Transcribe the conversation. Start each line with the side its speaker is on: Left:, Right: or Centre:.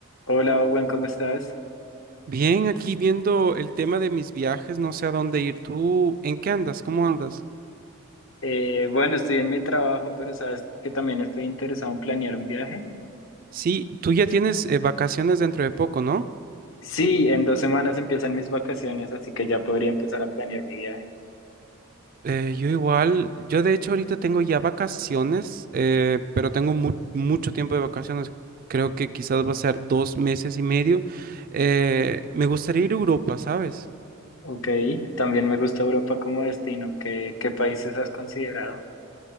Left: Hola, Owen, ¿cómo estás?
Right: Bien, aquí viendo el tema de mis viajes, no sé a dónde ir. ¿Tú en qué andas? ¿Cómo andas?
Left: Eh, bueno, estoy en mi trabajo, pero sabes que también estoy interesado en planear un viaje.
Right: Sí, tú ya tienes eh, vacaciones dentro de poco, ¿no?
Left: Sí, en dos semanas empiezan mis vacaciones, así que ya podría empezar a planear mi viaje.
Right: Eh, yo igual, yo de hecho ahorita tengo ya vacaciones, eh, pero tengo mu- mucho tiempo de vacaciones. Creo que quizás va a ser dos meses y medio. Eh, me gustaría ir a Europa, ¿sabes?
Left: Ok, también me gusta Europa como destino. ¿Qué, qué países has considerado?